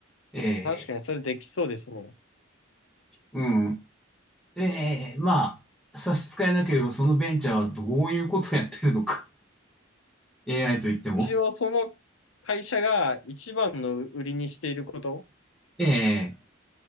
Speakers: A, in the centre; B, on the left.
A: ええ、
B: 確かにそれできそうですね。
A: うん。ええ、まあ、差し支えなければそのベンチャーはどういうことをやってるのか。AI といっても。
B: 一応その会社が一番の売りにしていること
A: ええ。